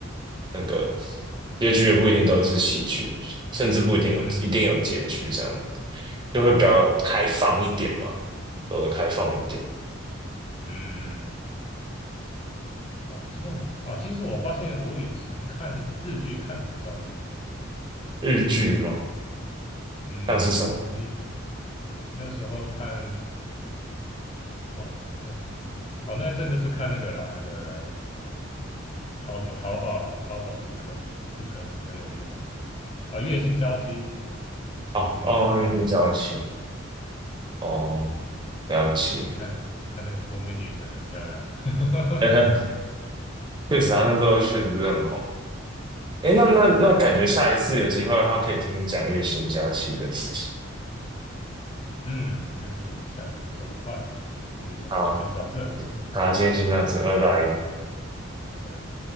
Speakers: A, on the right; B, on the left.
A: 那个结局也不一定都是喜剧，甚至不一定有一定有结局，
B: 嗯
A: 这样就会比较开放一点嘛，走的开放一点。
B: 嗯，哦，说到美，哦，其实我发现我以前看日剧看的比较多，其实，
A: 日剧吗？
B: 嗯，
A: 像是什么？
B: 你那时候看。哦，那时候，哦，那一阵就是看那个啦，那个淘什么淘宝，淘宝不可不可耻很有用啊，月薪娇妻
A: 哦哦，
B: 那个，
A: 月薪娇妻，哦，了解。
B: 看看那个国民女神很漂亮，<laughs>
A: <laughs> 确实啊，他那时候确实是很红。诶，那那那，
B: 对啊，
A: 感觉下一次有机会的话，
B: 然后
A: 可以听你讲月薪娇妻的事情。
B: 嗯，这是一个下次不错的话题，那我们今天先到这，
A: 好啊，好，今天先到这，拜拜。
B: 拜拜。